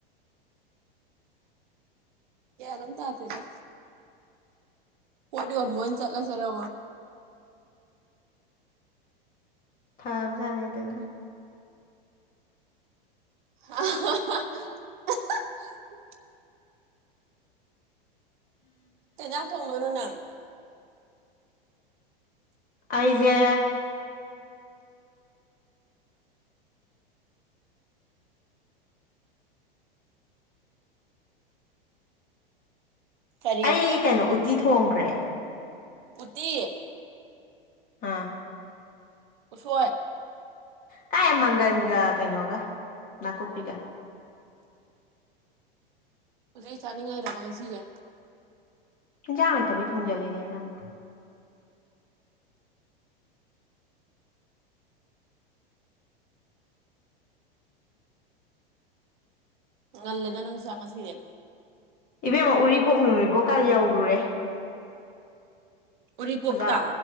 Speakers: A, on the right; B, on the left.
A: ꯔꯝ ꯇꯥꯇꯔ ꯄꯣ ꯋꯥꯔ ꯃ ꯆꯠꯂꯁꯔ
B: ꯐꯕꯖꯥꯅꯤ ꯑꯗꯨꯅ
A: ꯑ ꯀꯩ ꯏꯟꯖꯥꯡ ꯊꯣꯡꯗꯣꯏꯅꯣ ꯅꯪ
B: ꯑꯩꯖꯦ
A: ꯀꯔꯤ
B: ꯑꯩ ꯀꯩꯅꯣ ꯎꯠꯇꯤ ꯊꯣꯡꯈ꯭ꯔꯦ
A: ꯎꯇꯤ
B: ꯑꯥ
A: ꯀꯁꯦ
B: ꯇꯥꯏ ꯃꯪꯒꯟꯒ ꯀꯩꯅꯣꯒ ꯅꯥꯀꯨꯞꯄꯤꯒ
A: ꯍꯧꯗꯤ ꯆꯥꯅꯤ ꯏꯔꯥꯡꯁꯤꯔ
B: ꯏꯟꯖꯥꯡ ꯂꯩꯇꯕꯩ ꯊꯣꯡꯖꯤꯜꯂꯤꯅꯦ ꯅꯪꯕꯨ
A: ꯑꯂꯦꯗ ꯅꯪ ꯆꯃꯁꯤꯗ
B: ꯏꯕꯦꯝꯃ ꯎꯔꯤꯕꯣꯛ ꯅꯨꯡꯔꯤꯕꯣꯛ ꯀ ꯌꯧꯔꯨꯔꯦ
A: ꯎꯔꯤꯄꯣꯛꯇ
B: ꯑꯣꯖꯥ